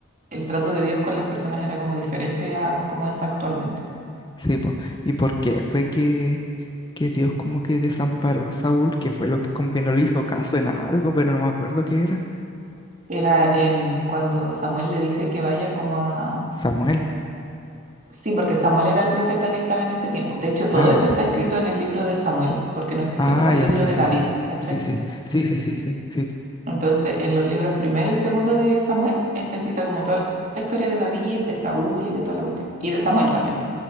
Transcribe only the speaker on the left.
Sí, pues. ¿Y por qué fue que, que Dios como que desamparó a Saúl? Que fue lo que como que no le hizo caso en algo, pero no me acuerdo qué era.
Samuel.
Ah,
ya
Ah,
ya,
sí,
sí,
sí.
Sí, sí, sí, sí, sí, sí, sí.